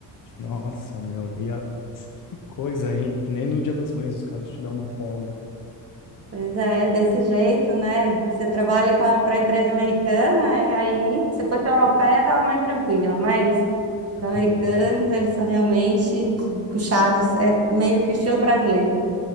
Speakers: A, on the left; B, on the right.
A: Nossa, meu. E a... Que coisa, hein? Nem no Dia das Mães os caras te dão uma folga.
B: Pois é, desse jeito, né? Você trabalha para a pra empresa americana, e aí, se fosse europeia, estava mais tranquila. Mas
A: <laughs>
B: Os americanos,
A: É verdade.
B: eles são realmente puxados, é meio que o estilo brasileiro.